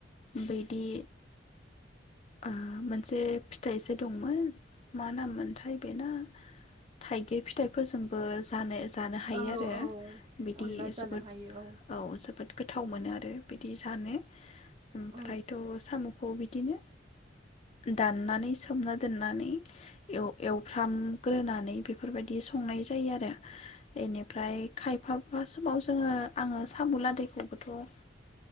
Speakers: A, on the left; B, on the right.
A: बेदि ओ मोनसे फिथाइ जे दंमोन मा नाम मोनथाय बेना थाइगिर फिथाइफोरजोंबो जानाय जानो हायो
B: औ
A: आरो
B: औ
A: बिदि
B: अनला जानो
A: जोबोद
B: हायो
A: औ जोबोद गोथाव मोनो आरो। बिदि जानो ओमफ्रायथ'
B: औ
A: साम'खौ बिद दिनो दाननानै सोमना दोननानै एव-एवफ्रामग्रोनानै बेफोरबायदि संनाय जायो आरो बेनिफ्राय खायफाफा समाव जोङो आङो साम' लादायखौ खौथ'